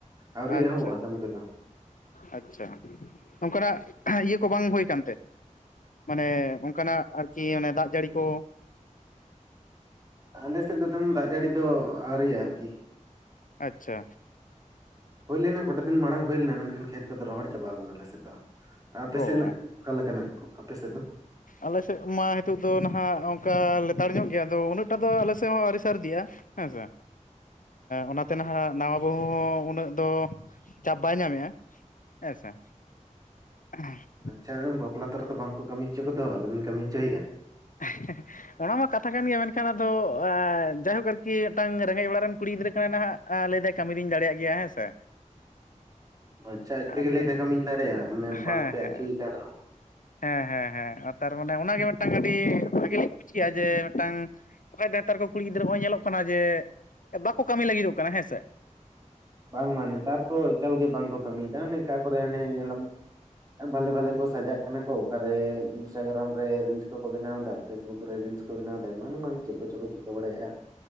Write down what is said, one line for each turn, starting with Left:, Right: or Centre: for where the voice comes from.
Right: ᱟᱹᱣᱨᱤ
Left: ᱟᱪᱪᱷᱟ᱾
Right: ᱮᱦᱚᱵᱚᱜᱼᱟ ᱠᱟᱹᱢᱤ ᱠᱚᱫᱚ
Left: ᱟᱪᱪᱷᱟ ᱱᱚᱝᱠᱟᱱᱟᱜ ᱤᱭᱟᱹ ᱠᱚ ᱵᱟᱝ ᱦᱩᱭ ᱠᱟᱱᱛᱮ ᱢᱟᱱᱮ ᱚᱱᱠᱟᱱᱟᱜ ᱟᱨᱠᱤ ᱚᱱᱮ ᱫᱟᱜ ᱡᱟᱹᱲᱤ ᱠᱚ
Right: ᱟᱞᱮ ᱥᱮᱫ ᱫᱚ ᱛᱮᱢᱚᱱ ᱫᱟᱜ ᱡᱟᱹᱲᱤ ᱫᱚ ᱟᱣᱨᱤᱭᱟᱜᱼᱟ ᱟᱨᱠᱤ
Left: ᱟᱪᱪᱷᱟ
Right: ᱦᱩᱭ ᱞᱮᱱᱟ ᱜᱚᱴᱟ ᱫᱤᱱ ᱢᱟᱲᱟᱝ ᱦᱩᱭ ᱞᱮᱱᱟ ᱢᱮᱱᱠᱷᱟᱱ ᱠᱷᱮᱛ ᱠᱚᱫᱚ ᱨᱚᱦᱚᱲ ᱪᱟᱵᱟᱣ ᱟᱠᱟᱱᱟ ᱟᱞᱮ ᱥᱮᱫ ᱫᱚ ᱟᱯᱮ
Left: ᱚ
Right: ᱥᱮᱫ ᱨᱮᱱᱟᱜ ᱚᱠᱟ ᱞᱮᱠᱟᱱᱟᱜ ᱠᱚ ᱟᱯᱮ ᱥᱮᱫ ᱫᱚ
Left: ᱟᱞᱮᱥᱮᱫ ᱢᱟ ᱱᱤᱛᱚᱜ ᱫᱚ ᱱᱟᱦᱟᱜ ᱚᱱᱠᱟ ᱞᱮᱛᱟᱲ ᱧᱚᱜ ᱜᱮᱭᱟ ᱟᱫᱚ ᱩᱱᱟᱹᱜᱴᱟ ᱫᱚ ᱟᱞᱮᱥᱮᱫ ᱦᱚᱸ ᱟᱹᱨᱤ ᱥᱟᱹᱨᱤᱫᱤᱜᱼᱟ ᱾ ᱦᱮᱸᱥᱮ ᱚᱱᱟᱛᱮ ᱱᱟᱦᱟᱜ ᱱᱟᱣᱟ ᱵᱟᱹᱦᱩ ᱦᱚᱸ ᱩᱱᱟᱹᱜ ᱫᱚ ᱪᱟᱯ ᱵᱟᱭ ᱧᱟᱢᱮᱫᱼᱟ ᱦᱮᱸᱥᱮ <unintelligible>
Right: ᱟᱪᱪᱷᱟ ᱵᱟᱯᱞᱟ ᱛᱟᱨᱟ ᱨᱮᱫᱚ ᱵᱟᱝᱠᱚ ᱠᱟᱢᱤ ᱦᱚᱪᱚ ᱠᱚᱫᱚ ᱟᱞᱚᱵᱤᱱ ᱠᱟᱢᱤ ᱦᱚᱪᱚᱭᱮᱭᱟ
Left: <unintelligible> ᱚᱱᱟ ᱢᱟ ᱠᱟᱛᱷᱟ ᱠᱟᱱ ᱜᱮᱭᱟ ᱢᱮᱱᱠᱷᱟᱱ ᱟᱫᱚ ᱡᱟᱭᱦᱳᱠ ᱟᱨᱠᱤ ᱢᱤᱫᱴᱟᱝ ᱨᱮᱸᱜᱮᱡ ᱚᱲᱟᱜ ᱨᱮᱱ ᱠᱩᱲᱤ ᱜᱤᱫᱽᱨᱟᱹ ᱠᱟᱱᱟᱭ ᱱᱟᱦᱟᱜ ᱮ ᱞᱟᱹᱭᱫᱟᱭ ᱠᱟᱢᱤ ᱫᱩᱧ ᱫᱟᱲᱮᱭᱟᱜ ᱜᱮᱭᱟ ᱦᱮᱸ ᱥᱮ
Right: ᱟᱪᱪᱷᱟ ᱟᱡ ᱛᱮᱜᱮ
Left: ᱟᱫᱚ
Right: ᱞᱟᱹᱭ ᱫᱟ ᱠᱟᱹᱢᱤᱧ ᱫᱟᱲᱮᱭᱟᱜᱼᱟ ᱢᱟᱱᱮ
Left: ᱦᱮᱸ
Right: ᱵᱟᱢᱯᱮ
Left: ᱦᱮᱸ
Right: ᱟᱹᱪᱚᱭᱮ ᱠᱟᱱ ᱨᱮᱦᱚᱸ
Left: ᱦᱮᱸ ᱦᱮᱸ ᱦᱮᱸ ᱛᱟᱨ ᱢᱟᱱᱮ ᱚᱱᱟᱜᱮ ᱢᱤᱫᱴᱟᱝ ᱟᱹᱰᱤ ᱵᱷᱟᱜᱤ ᱞᱤᱧ ᱵᱩᱡᱽ ᱠᱮᱫᱼᱟ ᱡᱮ ᱢᱤᱫᱴᱟᱝ ᱵᱟᱠᱷᱟᱡ ᱫᱚ ᱱᱮᱛᱟᱨ ᱠᱚ ᱠᱩᱲᱤ ᱜᱤᱫᱽᱨᱟᱹ ᱱᱚᱜᱼᱚᱭ ᱧᱮᱞᱚᱜ ᱠᱟᱱᱟ ᱡᱮ ᱵᱟᱠᱚ ᱠᱟᱢᱤ ᱞᱟᱜᱤᱫᱚᱜ ᱠᱟᱱᱟ ᱦᱮᱸᱥᱮ
Right: ᱵᱟᱝᱢᱟ ᱱᱮᱛᱟᱨ ᱠᱚ ᱮᱠᱟᱞᱜᱮ ᱵᱟᱝᱠᱚ ᱠᱟᱹᱢᱤᱭᱮᱫᱟ ᱱᱮᱠᱟ ᱠᱚᱨᱮ ᱦᱮ ᱧᱮᱞᱟᱢ ᱵᱷᱟᱞᱮ ᱵᱷᱟᱞᱮ ᱠᱚ ᱥᱟᱡᱟᱜ ᱠᱟᱱᱟ ᱠᱚ ᱚᱠᱟᱨᱮ ᱤᱱᱥᱴᱟᱜᱨᱟᱢ ᱨᱮ ᱨᱤᱞᱥ ᱠᱚᱠᱚ ᱵᱮᱱᱟᱣ ᱮᱫᱟ ᱯᱷᱮᱥᱵᱩᱠ ᱨᱮ ᱨᱤᱞᱥ ᱠᱚ ᱵᱮᱱᱟᱣ ᱮᱫᱟ ᱮᱢᱟᱱ ᱮᱢᱟᱱ ᱪᱮᱫ ᱠᱚᱪᱚ ᱠᱚ ᱪᱤᱠᱟᱹ ᱵᱟᱲᱟᱭᱮᱫᱼᱟ